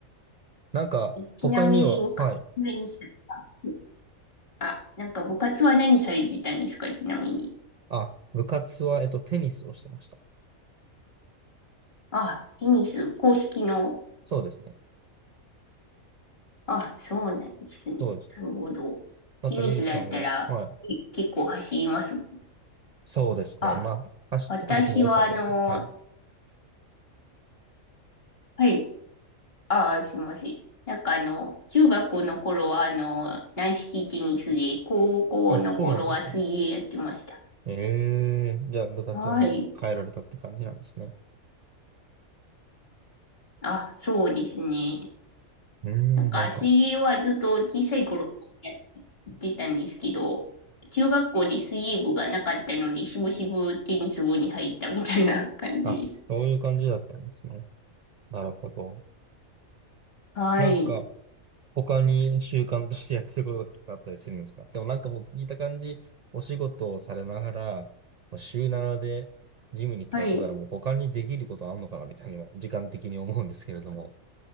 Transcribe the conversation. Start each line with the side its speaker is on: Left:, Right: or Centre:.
Right: なんか、
Left: ちなみに部活何されたす
Right: 他には、はい、
Left: あ、なんか部活は何されてたんですかちなみに。
Right: あ、部活は、えっと、テニスをしてました。
Left: あ、テニス、公式の
Right: そうですね。
Left: あ、そうなんですね。
Right: そうです。
Left: なるほど。
Right: なんか、
Left: テニスだったらえ結構走ります。
Right: ゆいさんは、はい、そうですね。
Left: あ、
Right: まあ、走ってたことも多かったですね。
Left: 私はあの、
Right: はい。
Left: はい。あ、すいません。なんかあの、中学の頃はあの、軟式テニスで、高校の頃は水泳やってました。
Right: あ、そうなんですね。ええじゃあ部活をもう変えられたって感じなんですね。
Left: はい。あ、そうですね。
Right: うーん、
Left: なんか水泳はずっと小さい頃や
Right: なんか、
Left: ってたんですけど、中学校で水泳部がなかったので、しぶしぶテニス部に入ったみたいな感じです。
Right: あ、そういう感じだったんですね。なるほど。
Left: はい。
Right: なんか、他に習慣としてやってることとかあったりするんですかでもなんかもう聞いた感じ、お仕事をされながら、まあ週7でジムに通ってたらもう他にできることあんのかなみたいには、
Left: はい。
Right: 時間的に思うんですけれども、